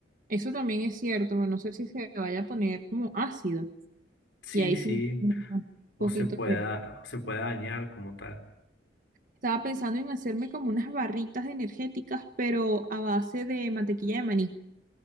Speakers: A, on the right; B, on the left.
A: Eso también es cierto, pero no sé si se vaya a poner como ácido.
B: Sí,
A: Y ahí
B: sí,
A: sí, un
B: o
A: poquito
B: se pueda,
A: de...
B: o se pueda dañar como tal.
A: Estaba pensando en hacerme como unas barritas energéticas, pero a base de mantequilla de maní,